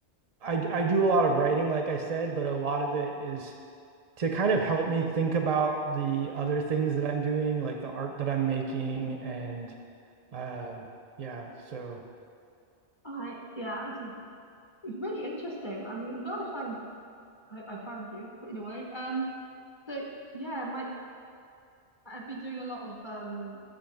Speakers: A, on the right (about 45°); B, on the left (about 25°).
A: I I do a lot of writing, like I said, but a lot of it is to kind of help me think about the other things that I'm doing, like the art that I'm making, and um, yeah, so
B: I yeah, it's just, it's really interesting. I mean, I'm glad I found I, I found you but in a way. Um, so yeah, my I've been doing a lot of um